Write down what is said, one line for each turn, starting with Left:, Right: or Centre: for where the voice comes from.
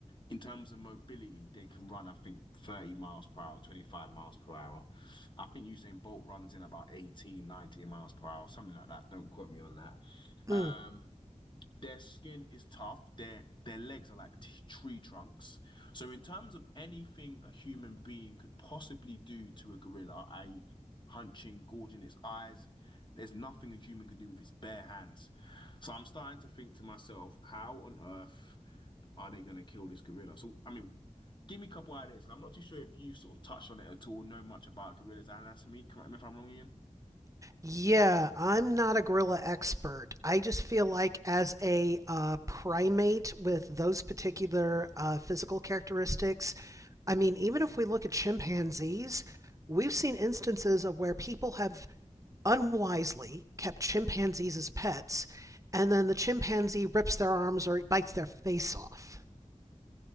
Left: in terms of mobility, they can run, I think, 30 miles per hour, 25 miles per hour. I think Usain Bolt runs in about 18, 19 miles per hour, something like that. Don't quote me on that. Um,
Right: Mm.
Left: their skin is tough. Their their legs are like t- tree trunks. So in terms of anything a human being could possibly do to a gorilla, i.e., punching, gouging its eyes, there's nothing a human can do with its bare hands. So I'm starting to think to myself, how on earth are they going to kill this gorilla? So I mean, give me a couple ideas. I'm not too sure if you sort of touched on it at all, know much about gorilla's anatomy. Correct me if I'm wrong, Ian.
Right: Yeah, I'm not a gorilla expert. I just feel like as a uh, primate with those particular uh, physical characteristics, I mean, even if we look at chimpanzees, we've seen instances of where people have unwisely kept chimpanzees as pets, and then the chimpanzee rips their arms or bites their face off. <laughs>